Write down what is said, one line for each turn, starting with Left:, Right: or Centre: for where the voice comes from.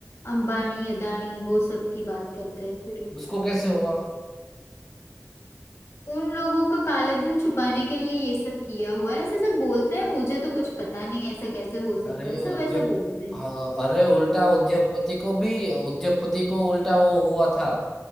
Left: अंबानी अदानी वो सब की बात करते हैं फिर
Centre: उसको कैसे हुआ
Left: उन लोगों का काले धन छुपाने के लिए ये सब किया हुआ है ऐसे सब बोलते हैं मुझे तो कुछ पता नहीं ऐसा कैसे हो सकता
Centre: अरे
Left: है सब
Centre: उद्योग
Left: ऐसा बोलते हैं
Centre: हाँ, अरे उल्टा उद्योगपति को भी उद्योगपति को उल्टा वो हुआ था